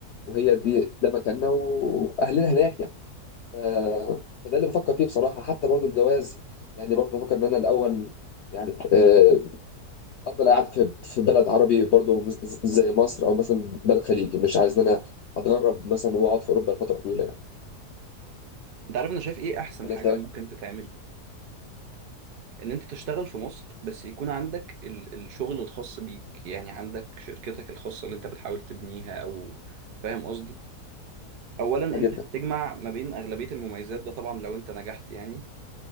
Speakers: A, on the left; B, on the right.
A: وهي دي ده مكاننا واهلنا هناك يعني آه فده اللي بفكر فيه بصراحه حتى برضو الجواز يعني برضو بفكر ان انا الاول يعني آه، افضل قاعد في في بلد عربي برضو مس- زي مصر او مثلا بلد خليجي مش عايز ان انا اتغرب مثلا واقعد في اوروبا لفتره طويله يعني
B: انت عارف انا شايف ايه احسن
A: ولا
B: حاجة
A: انت رأيك؟
B: ممكن تتعمل ان انت تشتغل في مصر بس يكون عندك ال الشغل الخاص بيك يعني عندك شركتك الخاصة اللي انت بتحاول تبنيها او فاهم قصدي اولا
A: صح جدا
B: انت هتجمع ما بين اغلبية المميزات ده طبعا لو انت نجحت يعني